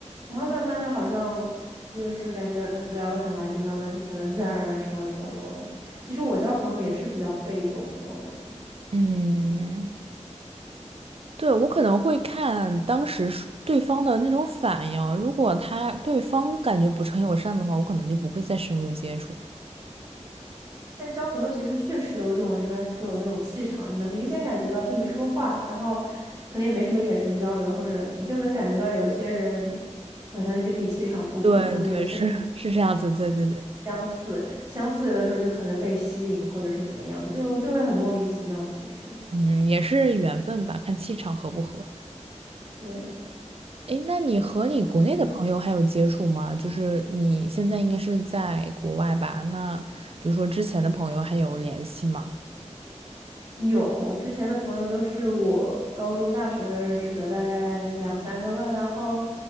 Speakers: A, on the right; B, on the right.
A: 然后慢慢的好像就是感觉聊得很来，就慢慢就可能自然而然成为朋友了。其实我交朋友也是比较被动的，我感觉。
B: 嗯，对，我可能会看当时是对方的那种反应，如果他对方感觉不是很友善的话，我可能就不会再深入接触了
A: 但交朋友其实确实有一种人家说有那种气场，你能明显感觉到，就没说话，然后可能也没什么眼神交流，或者你就能感觉到有一些人好像跟你气场不合，
B: 对对，
A: 或者有些
B: 是是这样子，对对对，
A: 相似，相似有的时候就可能被吸引，或者是怎么样，就就会很莫名其妙。其实，
B: 嗯，也是缘分吧，看气场合不合。
A: 对，
B: 诶，那你和你国内的朋友还有接触吗？
A: 其实。
B: 就是你现在应该是在国外吧？那比如说之前的朋友还有联系吗？
A: 有，之前的朋友都是我高中、大学的认识的，大概两三个吧。然后